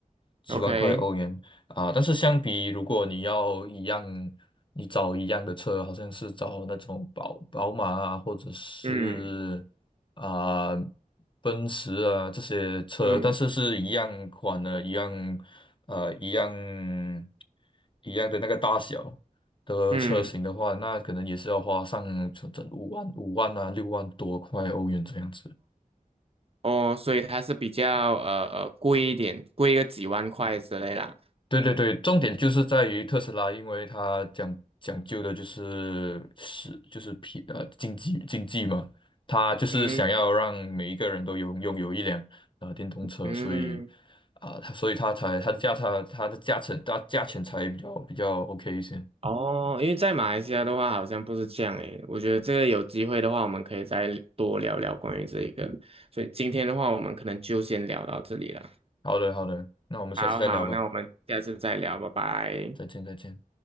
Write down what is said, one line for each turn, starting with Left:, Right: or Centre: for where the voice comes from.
Left: 几万块欧元啊，
Right: ，OK，
Left: 但是相比如果你要一样，你找一样的车，好像是找那种宝宝马啊，或者是
Right: 嗯
Left: 啊奔驰啊这些车，
Right: 嗯
Left: 但是是一样款的，一样呃一样一样的那个大小的车型的话，
Right: 嗯，
Left: 那可能也是要花上整整五万五万啊六万多块欧元这样子。
Right: 哦，所以它是比较呃呃贵一点，贵个几万块之类啦，
Left: 对对对，重点就是在于特斯拉，因为它讲讲究的就是是就是皮呃经济经济嘛，它就是想要让每一个人都拥拥有一辆呃电动车，
Right: 嗯嗯。
Left: 所以啊，它、所以它才它的价它它的价钱它价钱才比较比较 OK 一些。
Right: 哦，因为在马来西亚的话，好像不是这样诶。我觉得这个有机会的话，我们可以再多聊聊关于这一个。所以今天的话，我们可能就先聊到这里了。
Left: 好的好的，那我们下次再聊吧，
Right: 好好，那我们下次再聊，拜拜。
Left: 再见再见。